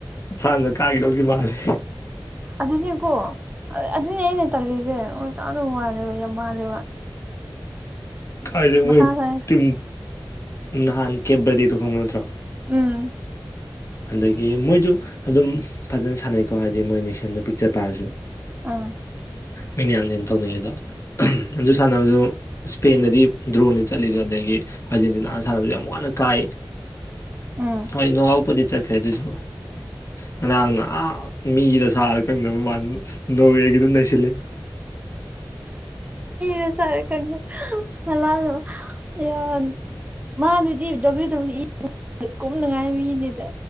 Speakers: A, on the left; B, on the right.
A: ꯐꯥꯟꯅ ꯀꯥꯈꯤꯗꯧꯗꯤ ꯃꯥꯜꯂꯦ
B: ꯑꯗꯨꯅꯤꯀꯣ ꯑꯗꯨꯅꯤ ꯑꯩꯅ ꯇꯜꯂꯤꯁꯦ ꯍꯣꯏ ꯇꯗ ꯃꯥꯜꯂꯦꯕ ꯌꯥꯝ ꯃꯥꯜꯂꯦꯕ
A: ꯀꯗ
B: ꯑꯁ
A: ꯃꯣꯏ
B: ꯃꯊꯥ ꯁꯥꯏ
A: ꯇꯝ ꯅꯍꯥꯟ ꯀꯦ ꯗꯤꯗ ꯈꯪꯗ꯭ꯔꯣ
B: ꯎꯝ
A: ꯑꯗꯒꯤ ꯃꯣꯏꯁꯨ ꯑꯗꯨꯝ ꯐꯖꯅ ꯁꯥꯟꯅꯩꯀꯣ ꯍꯥꯏꯗꯤ ꯃꯣꯏ ꯅꯦꯛꯁꯟꯗꯣ ꯄꯤꯛꯆ ꯇꯥꯔꯁꯨ
B: ꯑꯥ
A: ꯃꯤꯅꯦ ꯌꯥꯝꯟꯗꯩꯅ ꯇꯧꯅꯤꯡꯉ ꯑꯗꯣ ꯑꯗꯨꯪ ꯁꯥꯟꯅꯕꯗꯣ ꯏꯁꯄꯦꯟꯗꯗꯤ ꯗ꯭ꯔꯣꯟꯅꯤ ꯆꯠꯂꯤꯗꯣ ꯑꯗꯒꯤ ꯑꯥꯔꯖꯦꯟꯇꯤꯅꯥꯅ ꯁꯥꯟꯅꯕꯁꯨ ꯌꯥꯝ ꯋꯥꯅ ꯀꯥꯏ
B: ꯎꯝ
A: ꯍꯣꯏ ꯅ ꯑꯎ ꯄꯗꯤ ꯆꯈ꯭ꯔꯦꯗꯨꯖ ꯅꯅꯥꯥꯡꯅ ꯑꯥ ꯃꯤꯗ ꯁꯥꯔ ꯀꯪꯗꯕꯥꯟꯕ ꯅꯣꯋꯦꯜꯒꯤꯗꯨꯝ ꯅꯩꯁꯤꯂꯦ <unintelligible>
B: ꯔꯁꯔꯀ ꯍ ꯃꯥꯗꯨꯗꯤ ꯗꯕ꯭ꯂꯤꯎ ꯗꯕ꯭ꯂꯤꯎ ꯏ ꯀꯨꯝꯅꯉꯥꯏ ꯃꯤꯅꯦꯗ